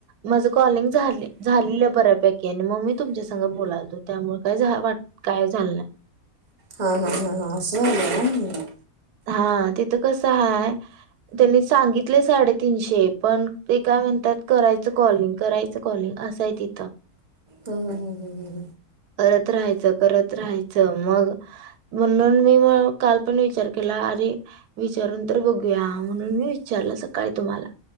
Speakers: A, on the right; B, on the right.
A: माझ कॉलिंग झाले बऱ्यापैकी आणि मग मी तुमच्या सोबत बोलातो त्यामुळे काय काय झालं नाही.
B: हा हा हा हा अस झालं होय,
A: हा तिथं कसं आहे, त्यांनी सांगितल, तथले साडे तीनशे पण ते काय म्हणतात करायचं कॉलिंग करायचं कॉलिंग असंय तिथं,
B: हं, हं, हं, हं, हं,
A: करत राहायचं करत राहायचं मग म्हणून मी मग काल पण विचार केला अरे विचारून तर बघूया म्हणून मी विचारलं सकाळी तुम्हाला,